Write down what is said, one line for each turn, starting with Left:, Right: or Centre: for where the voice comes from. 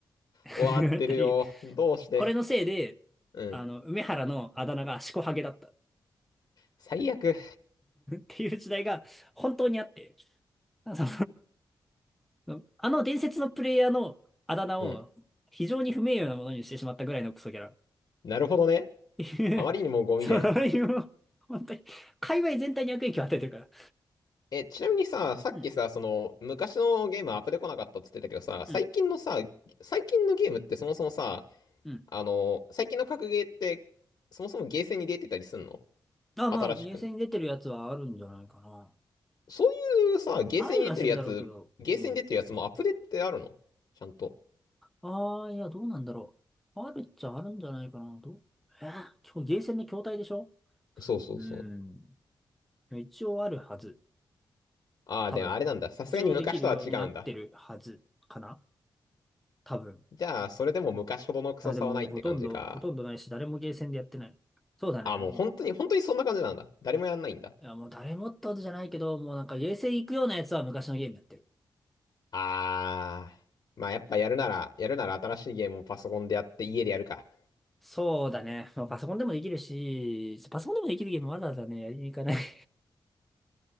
Centre: て <laughs>
Left: 終わってるよ。
Centre: なったり、
Left: どうして。
Centre: これのせいで、
Left: うん。
Centre: あの、梅原のあだ名がシコハゲだった <laughs> っ
Left: 最悪。
Centre: ていう時代が本当にあって、そのあの伝説のプレイヤーのあだ名を非常に不名誉なものにしてしまったぐらいのクソギャラっ
Left: うん。なるほどね。
Centre: ていう、
Left: あまりにもゴミじゃん。
Centre: <laughs> それい本当に、界隈全体に悪影響を与えてるから。
Left: え、ちなみにさ、さっきさ、
Centre: うん
Left: その、昔のゲームアップで来なかったっつってたけどさ、
Centre: うん
Left: 最近のさ、最近のゲームってそもそもさ、
Centre: うん
Left: あの、最近の格ゲーって、そもそもゲーセンに出てたりすんの
Centre: あ、
Left: 新しく。
Centre: まあ、厳選に出てるやつはあるんじゃないかな。
Left: そういうさ、ゲーセンに出てるやつ、
Centre: ありはするだろうけど。
Left: ゲーセンに出てるやつもアップデートってあるのちゃんと。
Centre: うん。ああ、いや、どうなんだろう。あるっちゃあるんじゃないかな。どうえー、今日ゲーセンの筐体でしょ
Left: そうそうそう。
Centre: うん。一応あるはず。
Left: ああ、
Centre: 多分。
Left: でもあれなんだ。さすがに昔とは違うんだ。
Centre: 一応できるようになってるはずかな多分。
Left: じゃあ、それでも昔ほどのクソさはないって感じか。
Centre: ただでも、ほとんど、ほとんどないし、誰もゲーセンでやってない。そうだね。
Left: ああ、もう本当に、
Centre: も
Left: 本当にそんな感じなんだ。誰もやんないんだ。
Centre: う、いや、もう誰もってことじゃないけど、もうなんかゲーセン行くようなやつは昔のゲームやってる。
Left: あー。まあやっぱやるなら、やるなら新しいゲームをパソコンでやって家でやるか。
Centre: そうだね。まあ、パソコンでもできるし、パソコンでもできるゲームわざわざね、やりに行かない <laughs>